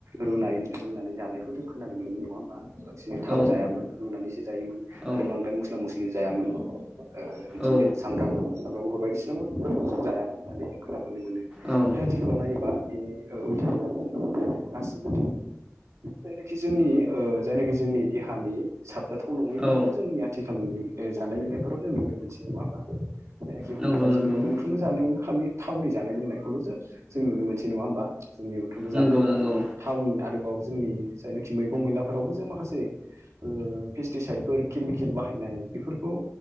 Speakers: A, on the right; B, on the right.
A: रुनाय रुनानै जानायखौ जों खोनानो मोनोमोन नङा होमबा बांसिन थाव
B: औ
A: जायामोन रुनानैसो जायोमोन
B: औ
A: आरो बांद्राय मस्ला मस्लि जायामोन ओ बिदिनो
B: औ
A: सामब्राम सामब्राम गुफर बायदिसिना जायामोन होननानै
B: औ
A: जों खोनाबाय नुनो मोनो दा आथिखालाव नायोबा बिनि ओ उलथायै <unintelligible> गाससिबो जायनाखि जोंनि ओ जायनाखि जोंनि देहानि साब जाथाव नङैफोरखौ
B: औ
A: जोंनि आथिखालनि जानाय लोंनायफोराव जों नुनो मोनसै नङाहोनबा? जाखि हमना
B: नंगौ
A: ला
B: नंगौ
A: जोंनि मोनफ्रोमबो जानायावनो खालि थावनि जानाय लोंनायखौल'सो जों नुनो मोनसै नङा होमबा? जोंनि मोनफ्रोमबो
B: नंगौ
A: जानाय
B: नंगौ
A: बा थावनि आरोबाव जोंनि जायनाखि मैगं मैलाफोरावबो जों माखासे ओ पेस्टिसाइदफोर केमिकेल बाहायनाय बेफोरखौ